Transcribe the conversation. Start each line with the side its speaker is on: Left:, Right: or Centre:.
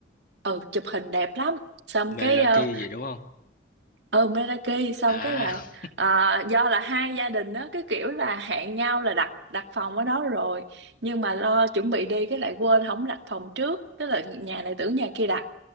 Right: ừ chụp hình đẹp lắm xong
Left: Meraki
Right: cái ờ,
Left: gì đúng không
Right: ừ Meraki xong
Left: à
Right: cái là à, do là hai gia đình đó cái kiểu là hẹn nhau là đặt đặt phòng ở đó rồi nhưng mà lo chuẩn bị đi cái lại quên không đặt phòng trước tức là nhà này tưởng nhà kia đặt